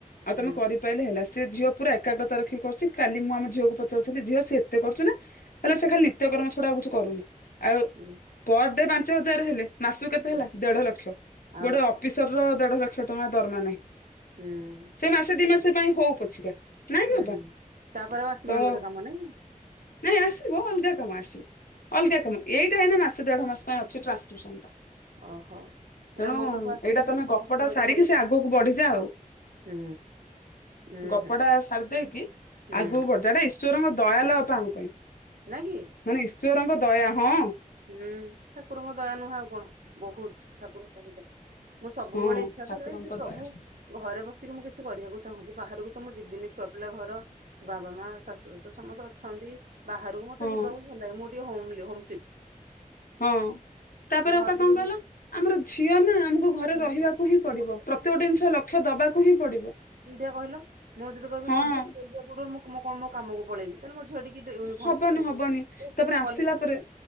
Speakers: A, on the left (about 85°); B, on the right (about 75°).
A: ଆଉ
B: ହୁଁ
A: ତମେ କରିପାରିଲେ ହେଲା। ସେ ଝିଅ ପୁରା ଏକାଗ୍ରତା ରଖି କରୁଛି, କାଲି ମୁଁ ଆମ ଝିଅକୁ ପଚାରୁଥିଲି ଝିଅ ସେ ଏତେ କରୁଛି ନା। କହିଲା ସେ ଖାଲି ନିତ୍ୟକର୍ମ ଛଡା ଆଉ କିଛି କରୁନି। ଆଉ
B: ହୁଁ
A: ପର ଡେ ପାଞ୍ଚ ହଜାର ହେଲେ ମାସକୁ କେତେ
B: ହୁଁ।
A: ହେଲା ଦେଢ ଲକ୍ଷ
B: ଆଉ
A: ଗୋଟେ ଅ ଅଫିସର ର ଦେଢ ଲକ୍ଷ ଟଙ୍କା ଦରମା ନାହିଁ।
B: ହୁଁ।
A: ସେ ମାସେ ଦୁଇ ମାସ ପାଇଁ ହଉ ପଛିକା। ନାଇଁ କି
B: ହୁଁ
A: ଅପା
B: ତାପରେ ଆସିବନି
A: ତ
B: ବୋଧେ କାମ ନାଇଁ।
A: ନାଇଁ ଆସିବ ଅଲଗା କମା ଆସିବ। ଅଲଗା କାମ ଏଇଟା ଏଇନା ମାସେ ଦେଢ ମାସ ପାଇଁ ଅଛି ଟ୍ରାନ୍ସ୍ ସ୍କିପସନ ଟା।
B: ଓହୋ। ଏଇଟା
A: ତେଣୁ
B: ମୋ ପାଖକୁ ଆସିନି
A: ଏଇଟା ତମେ
B: ଦେଖିବା
A: ଗପଟା
B: ଆସିବ ଯଦି
A: ସାରିକି
B: ଭଲ
A: ସେ
B: କଥା
A: ଆଗକୁ ବଢିଯା ଆଉ।
B: ହୁଁ। ହୁଁ
A: ଗପଟା
B: ହୁଁ ହୁଁ।
A: ସାରି ଦେଇକି
B: ନାଇଁ
A: ଆଗକୁ
B: କି
A: ବଢିଯା ଏଟା ଈଶ୍ୱରଙ୍କ ଦୟା ଲୋ ଅପା ଆମ ପାଇଁ।
B: ନା କି।
A: ମାନେ ଈଶ୍ୱରଙ୍କ ଦୟା ହଁ।
B: ହୁଁ ଠାକୁରଙ୍କ ଦୟା ନୁହଁ ଆଉ କଣ। ବହୁତ ଠାକୁରଙ୍କ ବି ମୁଁ ସବୁବେଳେ
A: ହଁ
B: ଇଚ୍ଛା
A: ଠାକୁରଙ୍କ
B: କରେ ଯେ ପ୍ରଭୁ
A: ଦୟା
B: ଘରେ ବସିକି ମୁଁ କିଛି କରିବାକୁ ଚାହୁଁଛି ବାହାରକୁ ତ ମୁଁ ଯିବିନି ଛୁଆ ପିଲା ଘର। ବାବା ମା ଶାଶୁ ଶଶୁର ସମସ୍ତେ ଅଛନ୍ତି ବାହାରକୁ ମତେ
A: ହଁ
B: ଯିବାକୁ ଭଲ ଲାଗେ ମୁଁ ଟିକେ ହୋମଲି ହମସିକ୍।
A: ହଁ ତାପରେ
B: ଘରେ
A: ଅପା
B: ରହିବି
A: କଣ କହିଲା ଆମର ଝିଅ ନା ଆମକୁ ଘରେ
B: ହୁଁ
A: ରହିବାକୁ ହିଁ ପଡିବ।
B: ମୁଁ ଯଦି
A: ପ୍ରତ୍ୟ ଗୋଟି ଜିନିଷ ଲକ୍ଷ୍ୟ ଦବାକୁ ହିଁ ପଡିବ।
B: ଦୁିଧିଆ କହିଲ ମୁଁ ଯଦି କହିବି
A: ହଁ
B: ମୋ ଝିଅ ଆସିବା ପୂର୍ବରୁ ମୁଁ କଣ ମୋ କାମକୁ ପଳେଇବି। ତାହେଲେ ମୋ ଝିଅ ଟିକି ୟୁନିଫର୍ମ
A: ହବନି
B: ପିନ୍ଧେଇବି
A: ହବନି
B: ତ ସେ
A: ତାପରେ ଆସିଲା
B: ଗଲା
A: ପରେ